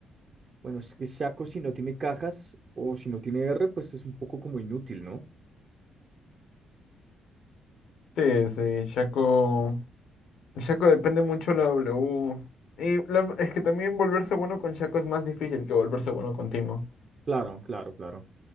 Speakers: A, on the right; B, on the left.
A: bueno, es que Shaco si no tiene cajas o si no tiene R, pues es un poco como inútil, ¿no?
B: Sí, sí, Shaco. Shaco depende mucho de la W. Y la- es que también volverse bueno con Shaco es más difícil que volverse bueno con Timo.
A: Claro, claro, claro.